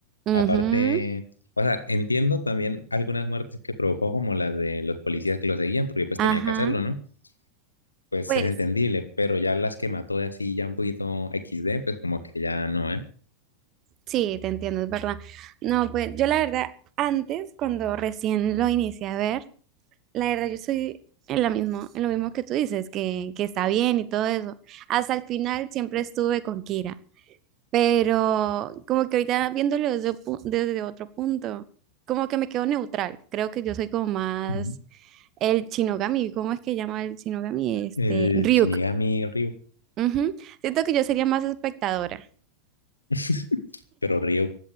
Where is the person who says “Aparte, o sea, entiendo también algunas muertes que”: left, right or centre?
Left